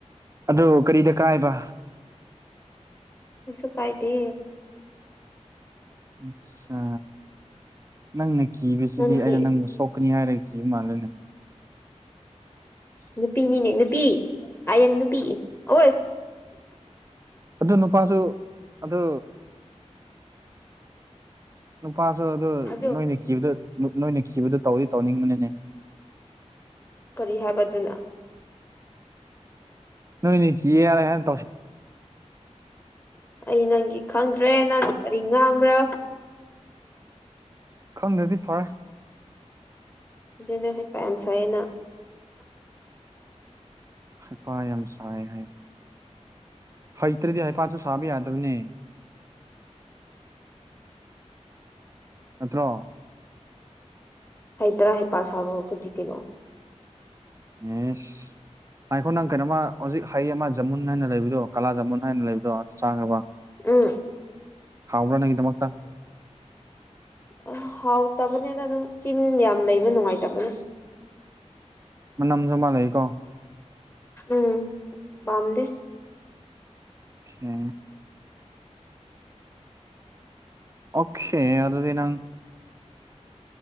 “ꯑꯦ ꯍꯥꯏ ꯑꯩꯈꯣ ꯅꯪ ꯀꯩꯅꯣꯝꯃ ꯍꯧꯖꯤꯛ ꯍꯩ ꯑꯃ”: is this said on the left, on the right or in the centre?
Right